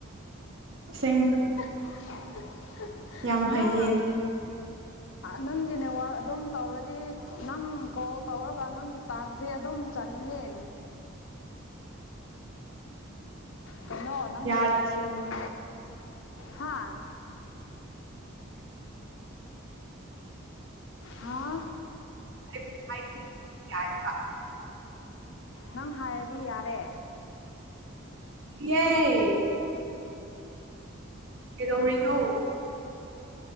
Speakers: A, on the right (about 65°); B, on the left (about 65°).
A: ꯑꯁꯦꯡ
B: <unintelligible>
A: ꯌꯥꯝ
B: ꯅꯪ
A: ꯍꯩꯌꯦꯅ
B: ꯅꯪꯒꯤ ꯅꯦꯋꯔꯥꯛ ꯑꯗꯨꯝ ꯇꯧꯔꯗꯤ ꯅꯪ ꯀꯣꯜ ꯇꯧꯔꯒ ꯅꯪꯒꯤ ꯇ ꯁꯤ ꯑꯗꯨꯝ ꯆꯪꯉꯦ ꯀꯩꯅꯣ ꯅꯪꯒꯤ
A: ꯌꯥꯔꯦ
B: ꯁꯤꯃ ꯍꯥꯥ ꯍꯥꯥ
A: <unintelligible>
B: ꯅꯪ ꯍꯥꯏꯔꯗꯤ ꯌꯥꯔꯦ
A: ꯌꯦ ꯀꯩꯗꯧꯔꯤꯅꯣ